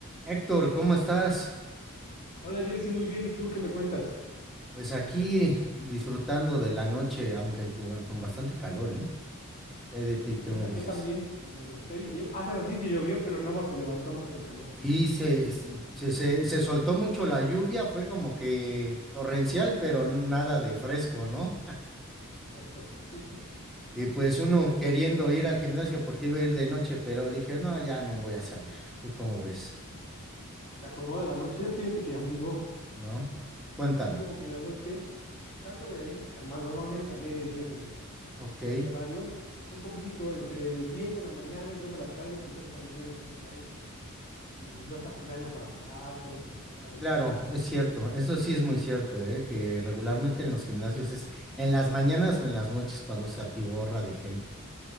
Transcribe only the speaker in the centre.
Héctor, ¿cómo estás?
Pues aquí disfrutando de la noche, aunque co- con bastante calor, ¿eh? ¿Qué hay de ti?
¿Qué me
dices?
Sí, se, se, se, se soltó mucho la lluvia, fue como que torrencial, pero n- nada de fresco, ¿no?
<laughs> Y pues uno queriendo ir al gimnasio porque iba a ir de noche, pero dije, no, ya no voy a salir. ¿Tú cómo ves?
¿No? Cuéntame.
Ok.
Claro,
es cierto, eso sí es muy cierto, ¿eh? Que regularmente en los gimnasios es en las mañanas o en las noches cuando se atiborra de gente,